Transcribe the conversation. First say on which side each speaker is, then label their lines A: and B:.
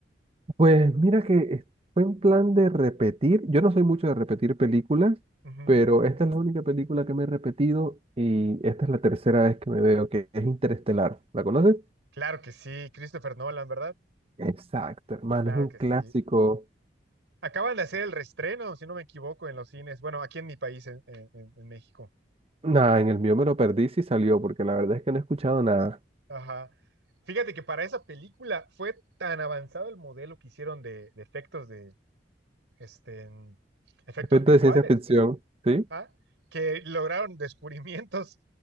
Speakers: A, on the right; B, on the right.
A: Pues mira que es- fue un plan de repetir. Yo no soy mucho de repetir películas,
B: Ujú.
A: pero esta es la única película que me he repetido y esta es la tercera vez que me veo, que es Interestelar. ¿La conoces?
B: Claro que sí, Christopher Nolan, ¿verdad?
A: Exacto, hermano,
B: Claro
A: es un
B: que
A: clásico.
B: sí. Acaban de hacer el reestreno, si no me equivoco, en los cines. Bueno, aquí en mi país, en, en- en- en México.
A: Nada, en el mío me lo perdí si salió, porque la verdad es que no he escuchado nada.
B: Ajá. Fíjate que para esa película fue tan avanzado el modelo que hicieron de, de efectos de este, efectos
A: Respecto
B: visuales
A: de ciencia ficción, ¿sí?
B: ah, que lograron descubrimientos